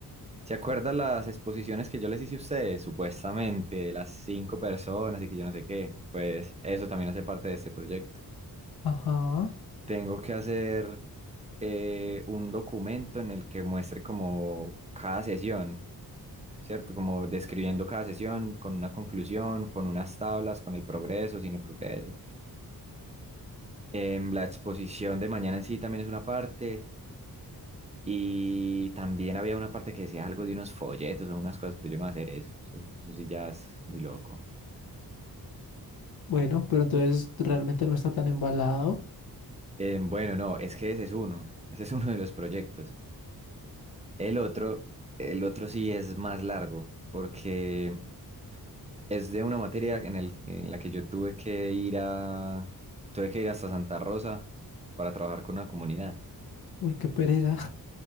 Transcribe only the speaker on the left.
Ajá.
Bueno, pero entonces realmente no está tan embalado.
Uy, qué pereza.